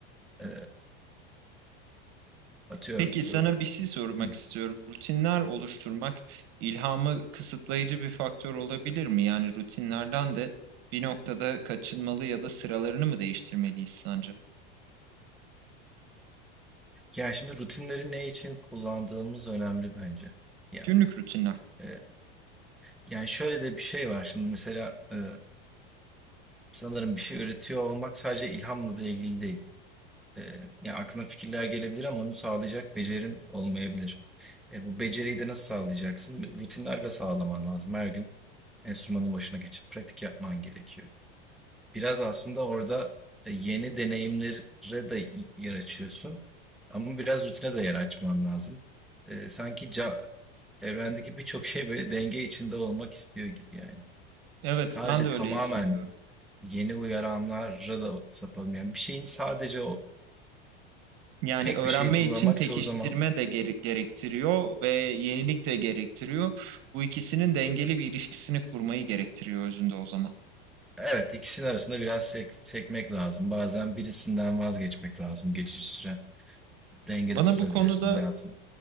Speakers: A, in the centre; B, on the right.
A: e, atıyorum.
B: Peki
A: e,
B: sana bir şey sormak
A: hı.
B: istiyorum. Rutinler oluşturmak ilhamı kısıtlayıcı bir faktör olabilir mi? Yani rutinlerden de bir noktada kaçınmalı ya da sıralarını mı değiştirmeliyiz sence?
A: Yani şimdi rutinleri ne için kullandığımız önemli bence. Yani
B: Günlük rutinler.
A: e, Yani şöyle de bir şey var şimdi mesela e, sanırım bir şey üretiyor olmak sadece ilhamla da ilgili değil. E, yani aklına fikirler gelebilir ama onu sağlayacak becerin olmayabilir. E, bu beceriyi de nasıl sağlayacaksın? Rutinlerle sağlaman lazım. Her gün enstrümanın başına geçip pratik yapman gerekiyor. Biraz aslında orada e, yeni deneyimlere de yer açıyorsun. Ama biraz rutine de yer açman lazım. E, sanki ca- evrendeki birçok şey böyle denge içinde olmak istiyor gibi yani.
B: Evet,
A: sadece
B: ben de öyle
A: tamamen
B: hissediyorum.
A: yeni uyaranlara da sapalım. Yani bir şeyin sadece o
B: Yani
A: tek
B: öğrenme
A: bir şeyi kullanmak
B: için pekiştirme
A: çoğu zaman
B: de gere- gerektiriyor ve yenilik de gerektiriyor. Bu ikisinin dengeli bir ilişkisini kurmayı gerektiriyor özünde o zaman.
A: evet ikisinin arasında biraz sek- sekmek lazım. Bazen birisinden vazgeçmek lazım geçici süre. Dengede
B: Bana
A: tutabilirsin
B: bu konuda
A: hayatın.